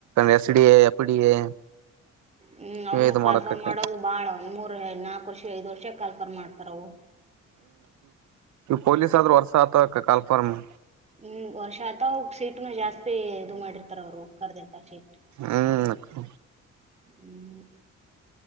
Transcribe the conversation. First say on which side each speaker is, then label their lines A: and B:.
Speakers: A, on the right; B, on the right.
A: S D A F D A
B: ಹ್ಮ್ ಅವ್ನು
A: ಇವೇ ಇದು
B: ಕಲ್ಫಾರನ್
A: ಮಾಡಕಕ್ಕ
B: ಮಾಡೋದು ಬಾಳ ಮೂರ್ ನಾಲ್ಕು ವರ್ಷ ಐದು ವರ್ಷ ಕಾಲ್ಕರ್ ಮಾಡ್ತಾರವು
A: ಪೊಲೀಸ್ ಆದ್ರರು ವರ್ಷತ ಕ ಪರ್ಮು
B: ಹ್ಮ್ ವರ್ಷ ಆತ ಸೀಟ್ನು ಜಾಸ್ತಿ ಇದು ಮಾಡಿರ್ತಾರ ಅವರು ಕರ್ದಿರ್ತ ಸೀಟ್
A: ಹ್ಮ್
B: ಹ್ಮ್